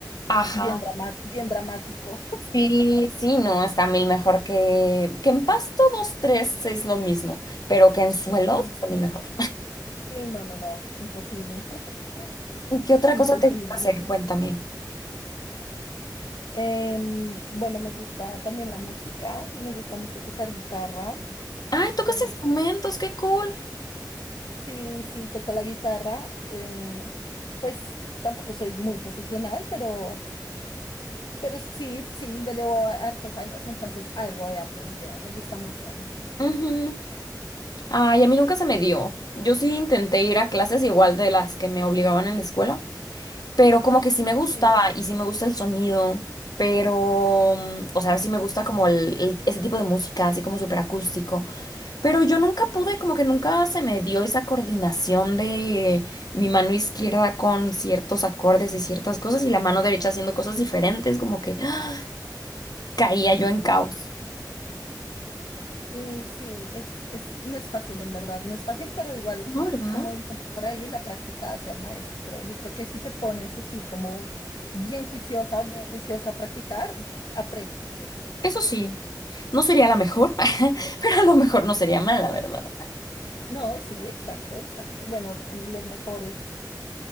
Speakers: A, on the left (about 60°); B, on the left (about 80°).
A: Ajá.
B: bien drama- bien dramático.
A: Sí, sí, no, está mil mejor que, que en pasto dos, tres es lo mismo, pero que en suelos
B: Mm.
A: está mil mejor.
B: Sí, no, no, no, imposible, <laughs>
A: <laughs> ¿Y qué otra
B: imposible
A: cosa te gusta hacer?
B: sería.
A: Cuéntame.
B: Em, bueno, me gusta también la música, me gusta mucho tocar guitarra.
A: Ay, tocas
B: eh,
A: instrumentos, qué cool.
B: Sí, sí, toco la guitarra. eh, pues tampoco soy muy profesional, pero, pero sí, sí, ya llevo ha- hartos años, entonces algo he aprendido. Me gusta mucho.
A: Ujú. Ay, a mí nunca se me dio. Yo sí intenté ir a clases igual de las que me obligaban en la escuela, pero como que sí me gustaba
B: Sí,
A: y sí me gusta el sonido, pero, mm, o sea, sí me gusta como el, el- ese tipo de música, así como súper acústico. Pero yo nunca pude, como que nunca se me dio esa coordinación de mi mano izquierda con ciertos acordes y ciertas cosas y la mano derecha haciendo cosas diferentes, como que ¡ah! caía yo en caos.
B: sí, sí, es, es, no es fácil, en verdad, no es fácil, pero igual,
A: No, ¿verdad?
B: como dicen por ahí, la práctica hace al maestro. Yo creo que si te pones así como bien juiciosa, bien juiciosa a practicar, aprendes.
A: Eso sí, no sería la mejor, <laughs> pero a lo mejor no sería mala, ¿verdad?
B: No, sí, exacto, exacto. Bueno, en los mejores.